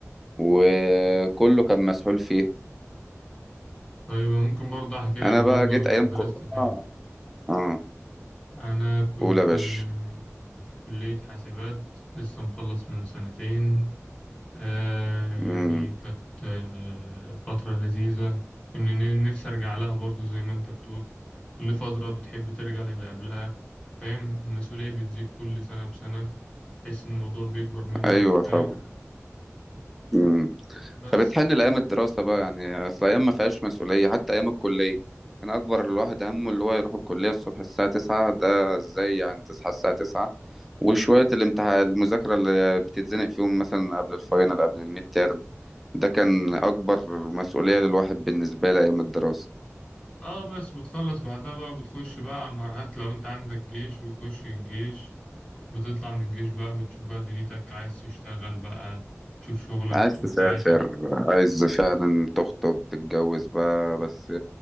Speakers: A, in the centre; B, on the left.
A: وكله كان مسحول فيها
B: طيب ممكن برضه أحكي لك
A: انا
B: برضه
A: بقى جيت
B: أنا كنت
A: ايام
B: درست
A: كورونا
B: فين
A: اه
B: أنا كنت
A: قول يا باشا
B: آه، في كلية حاسبات لسه مخلص من سنتين آه،
A: امم
B: يعني كانت آه، فترة لذيذة كنا ن- نفسي أرجع لها برضو زي ما أنت بتقول كل فترة بتحب ترجع للي قبلها فاهم المسؤولية بتزيد كل سنة بسنة تحس إن الموضوع بيكبر منك
A: ايوه طبعا
B: فاهم
A: امم
B: بس
A: فبتحن لايام الدراسه بقى يعني اصل ايام ما فيهاش مسؤوليه حتى ايام الكليه كان اكبر الواحد همه اللي هو يروح الكليه الصبح الساعه 9 ده ازاي يعني تصحى الساعه 9 وشويه الامتحان المذاكره اللي بتتزنق فيهم مثلا قبل الفاينل قبل الميد تيرم، ده كان أكبر مسؤولية للواحد بالنسبة لي أيام الدراسة
B: اه بس بتخلص بعدها بقى بتخش بقى على المرحلات لو انت عندك جيش بتخش الجيش بتطلع من الجيش بقى بتشوف بقى دنيتك عايز تشتغل بقى تشوف شغلك
A: عايز
B: تشوف
A: تسافر
B: حياتك
A: عايز فعلا تخطب تتجوز بقى بس